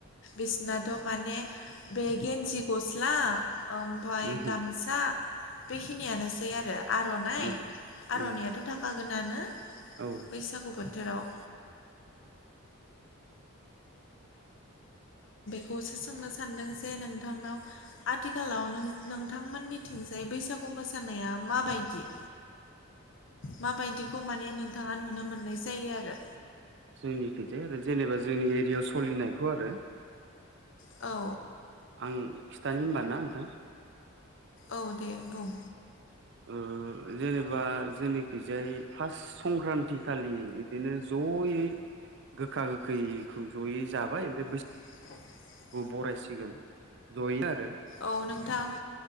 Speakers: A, on the left; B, on the right.
A: बिसनाथ' माने बे गन्जि गस्ला ओमफाय
B: उम
A: गामसा बेखिनियानोसै आरो आर'नाइ
B: उम उम
A: आर'नायाथ' थाखागोनानो
B: औ
A: बैसागु बोथोराव बसो सोंनो सानदों जे नोंथांनाव आथिखालाव नों नोंथांमोननिथिंजाय बैसागु मोसानाया माबायदि
B: <inaudible>
A: माबायदिखौ माने नोंथाङा नुनो मोननाय जायो आरो
B: जोंनिथिजाय आरो जेनेबा जोंनि एरियायाव सोलिनायखौ आरो
A: औ
B: आं खिथानि होमबा ना नोंथां
A: औ दे बुं
B: ओ जेनेबा जोंनिखिजाय फार्स्ट संक्रान्ति खालि बिदिनो जयै गोखा-गोखैखौ ज'यै जाबाय ओमफाय बै
A: <unintelligible>
B: बरायसिगोन जयैनो
A: औ नोंथां